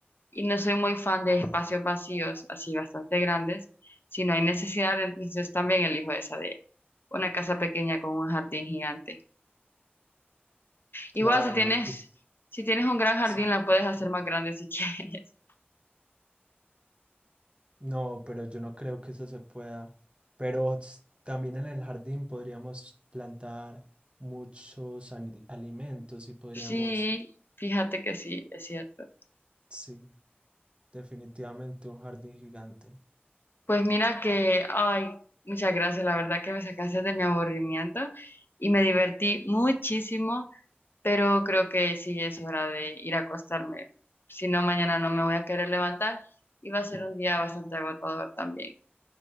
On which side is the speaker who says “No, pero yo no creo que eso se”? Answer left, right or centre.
Right